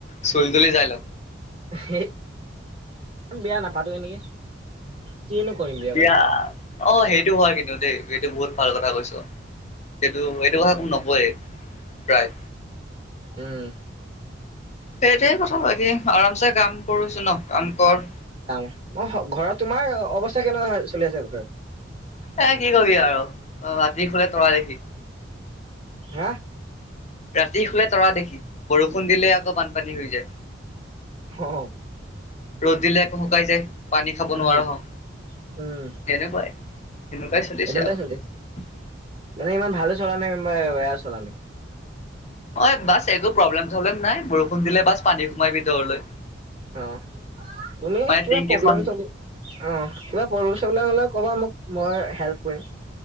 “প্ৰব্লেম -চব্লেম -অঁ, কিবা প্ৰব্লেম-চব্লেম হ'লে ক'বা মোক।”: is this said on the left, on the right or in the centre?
Right